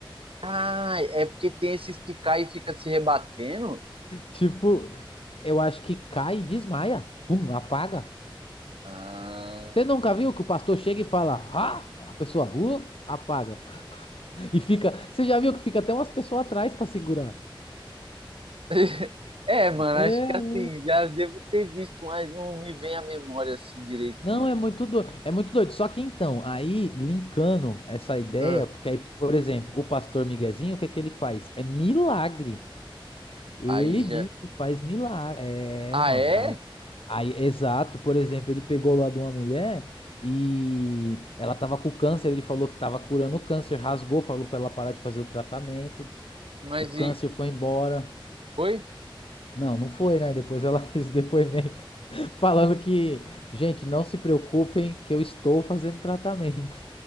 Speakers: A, on the right; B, on the left.
A: Ah, é porque tem esses que caem e fica se rebatendo?
B: Tipo, eu acho que cai e desmaia. Pum, apaga.
A: Ah.
B: Você nunca viu que o pastor chega e fala, ah, a pessoa burra, apaga. E fica, você já viu que fica até umas pessoas atrás pra segurar.
A: <laughs> É, mano,
B: É.
A: acho que assim, já devo ter visto, mas não me vem à memória assim direito,
B: Não,
A: não.
B: é muito doido, é muito doido. Só que então, aí linkando essa ideia,
A: Ah.
B: porque aí, por exemplo, o pastor Miguezinho, o que é que ele faz? É milagre. Ele
A: Aí já.
B: diz que faz milagre. É,
A: Ah,
B: mano.
A: é?
B: Aí, aí, exato. Por exemplo, ele pegou lá de uma mulher e ela tava com câncer, ele falou que tava curando o câncer, rasgou, falou pra ela parar de fazer o tratamento.
A: Mas
B: O câncer
A: e.
B: foi embora.
A: Foi?
B: Não, não foi, né? Depois ela <laughs> fez o depoimento <laughs> falando que, gente, não se preocupem que eu estou fazendo tratamento.